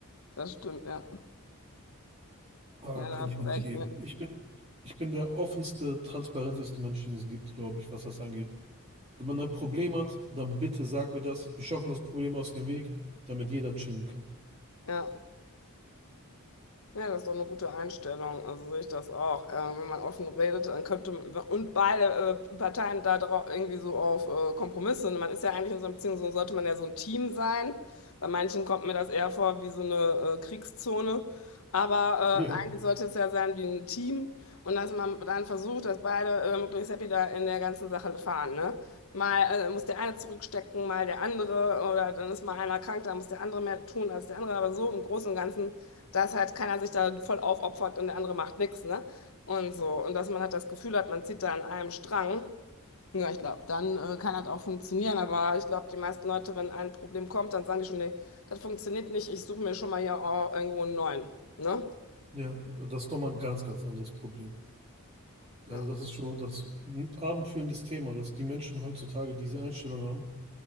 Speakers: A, on the left; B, on the right.
A: Das stimmt, ja.
B: Ah,
A: Ja,
B: kann
A: da hast
B: ich
A: du
B: mir
A: recht,
B: nicht geben.
A: ne?
B: Ich bin, ich bin der offenste, transparenteste Mensch, den es gibt, glaube ich, was das angeht. Wenn man ein Problem hat, dann bitte sag mir das. Wir schaffen das Problem aus dem Weg, damit jeder chillen kann.
A: Ja. Ja, das ist doch eine gute Einstellung. Also sehe ich das auch. Äh, wenn man offen redet, dann könnte man, und beide äh, Parteien da drau- irgendwie so auf äh, Kompromisse. Und man ist ja eigentlich in so einer Beziehung, so sollte man ja so ein Team sein. Bei manchen kommt mir das eher vor wie so eine äh, Kriegszone. Aber
B: Ja,
A: äh, eigentlich sollte es ja sein wie ein Team. Und dass man dann versucht, dass beide äh, möglichst happy da in der ganzen Sache fahren, ne? Mal äh, muss der eine zurückstecken, mal der andere. Oder dann ist mal einer krank, dann muss der andere mehr tun als der andere. Aber so im Großen und Ganzen dass halt keiner sich da voll aufopfert und der andere macht nichts, ne? Und so. Und dass man halt das Gefühl hat, man zieht da an einem Strang. Ja, ich glaube, dann äh, kann das auch funktionieren. Aber ich glaube, die meisten Leute, wenn ein Problem kommt, dann sagen die schon, nee, das funktioniert nicht, ich suche mir schon mal hier oh, irgendwo einen neuen, ne?
B: ja, das ist nochmal ein ganz, ganz anderes Problem.
A: Ja.
B: Also das ist schon das ein abendfüllendes Thema, dass die Menschen heutzutage diese Einstellung haben,